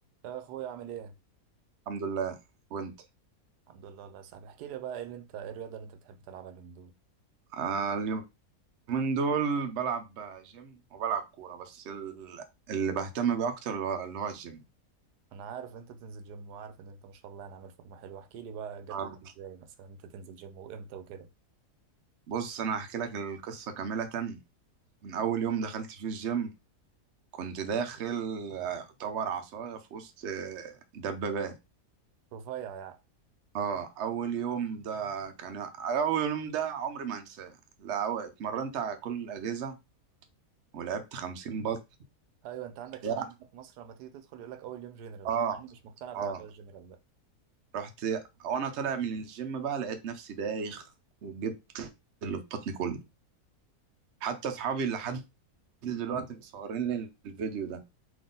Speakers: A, on the right (about 90°); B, on the right (about 55°).
A: يا اخويا عامل ايه
B: الحمد لله وانت
A: الحمد لله الله يا صاحبي احكي لي بقى ايه اللي انت ايه الرياضه اللي انت بتحب تلعبها اليومين دول
B: آه اليومين دول بلعب جيم وبلعب كورة بس ال- اللي بهتم بيه أكتر اللي هو اللي هو الجيم
A: انا عارف إن انت تنزل جيم وعارف ان انت ما شاء الله يعني عامل فورمه حلوه احكي لي بقى جت
B: آه،
A: معاك ازاي مثلا انت تنزل جيم وامتى وكده
B: بص أنا هحكي لك القصة كاملة من أول يوم دخلت فيه الجيم كنت داخل آه، يعتبر عصاية في وسط آه، دبابات
A: رفيع يعني
B: اه أول يوم ده كان أول يوم ده عمري ما هنساه لا أو- اتمرنت على كل الأجهزة ولعبت خمسين بط
A: ايوه انت عندك فعلا
B: لا،
A: هنا في مصر لما تيجي تدخل يقول لك اول يوم جنرال
B: اه
A: يعني مش مقتنع بموضوع
B: اه
A: الجنرال ده
B: رحت وانا طالع من الجيم بقى لقيت نفسي دايخ وجبت اللي في بطني كله حتى اصحابي لحد دلوقتي مصورين لي الفيديو ده